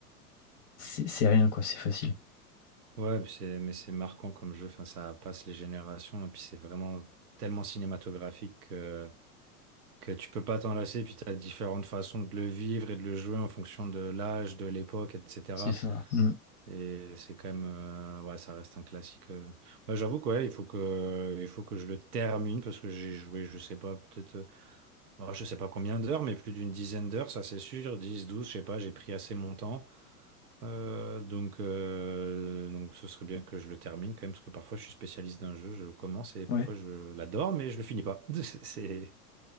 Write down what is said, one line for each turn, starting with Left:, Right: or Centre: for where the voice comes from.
Left: c'est c'est rien, quoi. C'est facile.
Right: Ouais, mais c'est mais c'est marquant comme jeu, enfin, ça passe les générations et puis c'est vraiment tellement cinématographique que, que tu peux pas t'en lasser, puis tu as différentes façons de le vivre et de le jouer en fonction de l'âge, de l'époque, etc.
Left: C'est ça. Mm.
Right: Et c'est quand même, euh, ouais, ça reste un classique. euh. Ouais, j'avoue que ouais, il faut que, il faut que je le termine parce que j'ai joué, je sais pas, peut-être, euh, ouais, je sais pas combien d'heures, mais plus d'une dizaine d'heures, ça c'est sûr, 10 12 je sais pas, j'ai pris assez mon temps. Euh, donc, euh, donc ce serait bien que je le termine quand même, parce que parfois je suis spécialiste d'un jeu, je commence et parfois
Left: Ouais.
Right: je l'adore, mais je le finis pas. <laughs> C'est,